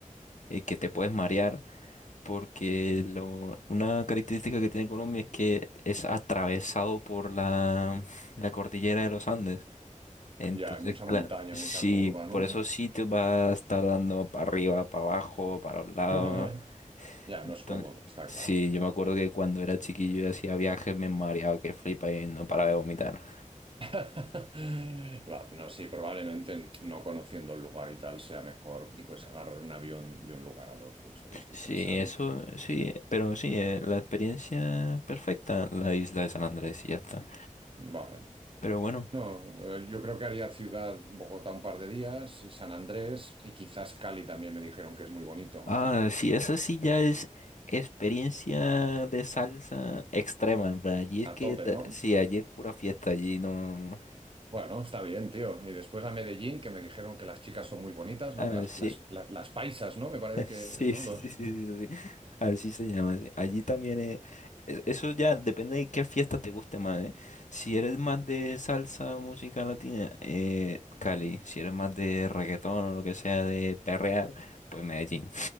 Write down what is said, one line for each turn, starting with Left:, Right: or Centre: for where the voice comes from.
Left: eh, que te puedes marear, porque lo- una característica que tiene Colombia es que es atravesado por la, la cordillera de los Andes. Entonces,
Right: Ya, hay mucha
Left: claro,
Right: montaña,
Left: sí,
Right: mucha curva, ¿no?
Left: por esos sitios va a estar dando para arriba, para abajo, para un lado.
Right: <laughs> Ya,
Left: Entonces,
Right: no es cómodo, está
Left: sí,
Right: claro.
Left: yo me acuerdo que cuando era chiquillo y hacía viajes me mareaba que flipa y no paraba de vomitar.
Right: <laughs> Va, No, sí, probablemente no conociendo el lugar y tal sea mejor pues agarrar un avión de un lugar al otro, es lo que estoy
Left: Sí,
Right: pensando.
Left: eso, sí, pero sí, eh, la experiencia perfecta, la isla de San Andrés y ya está.
Right: Vale.
Left: Pero bueno,
Right: No, eh, yo creo que haría ciudad Bogotá un par de días y San Andrés y quizás Cali también me dijeron que es muy bonito.
Left: ah, sí, esa sí ya es experiencia de salsa extrema, en plan, Allí es que,
Right: A tope,
Left: ta-
Right: ¿no?
Left: sí, allí es pura fiesta, allí no.
Right: Bueno, está bien, tío. Y después a Medellín, que me dijeron que las chicas son muy bonitas,
Left: Ah,
Right: ¿no? Que las,
Left: sí,
Right: las, las, las paisas, ¿no? Me parece que,
Left: Sí,
Right: ¿no?
Left: sí,
Right: Los...
Left: sí, sí, sí, sí. Así se llama. sí. Allí también eh, e- Eso ya depende de qué fiesta te guste más, ¿eh? Si eres más de salsa, música latina, eh, Cali. Si eres más de reggaetón o lo que sea, de perrear, pues Medellín.